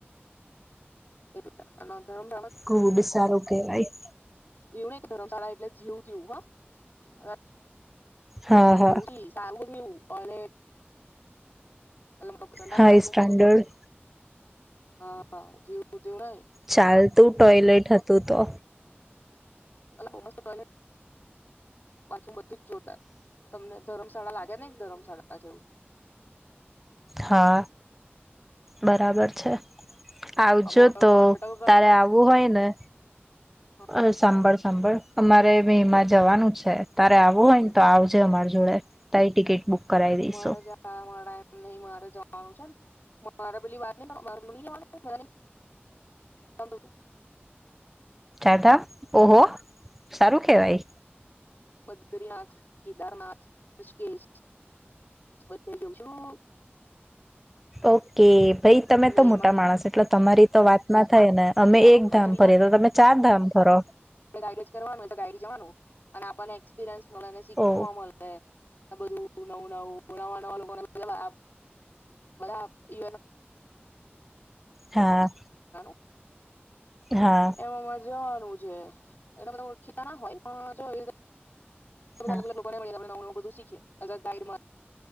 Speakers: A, on the left; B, in the centre.
A: એ <inaudible> અના <inaudible> એવું
B: ગુડ સારું કેવાય
A: નહીં કે ધરમશાળા એટલે જીવ થીયુ હા
B: હા
A: ત્યાં
B: હા
A: બહુ જી સારું બન્યું ટોયલેટ એટલે મતલબ સંડાસ
B: હા
A: બાથરૂમ
B: એ સ્ટાન્ડર્ડ
A: બધુ જોરદર. હા, જીવ તું નહીં
B: ચાલતું ટોયલેટ હતું તો
A: અલા બહુ મસ્ત ટોયલેટ, બાથરૂમ બધું જ જોરદાર તમને ધર્મશાળા લાગે ને એક ધર્મશાળા જેવું.
B: હા, બરાબર છે. આવજો
A: આમાં હોટલ
B: તો
A: હોટલ કરતા
B: તારે આવવું હોય ને.
A: હા
B: અરે સાંભળ સાંભળ. અમારે મે એમાં જવાનું છે તારે આવવું હોય
A: હમ
B: ને તો આવજે અમારે જોડે તારી ટિકિટ બુક કરાવી દઈશું
A: મારા જ મારા ટાઈમ નહીં મારે જો મારું જેમ. મારા પેલી વાત નહીં <inaudible>
B: કદા ઓહો સારું કેહેવાય.
A: બદ્રીનાથ, કેદારનાથ, ઋષકેેશ બધું જોવ શું.
B: ઓકે ભાઈ તમે
A: મે
B: તો મોટા
A: માં
B: માણસ એટલે તમારી તો વાત ના થાય ને અમે
A: પેલા પણ
B: એક
A: ખર્ચો
B: ધામ ફરીએ તો તમે ચાર ધામ ફરો.
A: <inaudible> કરવા તો ગડી જવાનું અને આપણને એક્સપિરયન્સ બધા ને શીખવા
B: ઓ
A: મલેે. બધું નવું નવું નવા નવા લોકોને <inaudible> બધા <inaudible>
B: હા
A: <inaudible>
B: હા
A: એમાં મારે જવાનું જે એનું મનું <inaudible> ના હોય પણ જો એ <inaudible>
B: હા
A: બધું શીખે એટલે ગાઈડ માં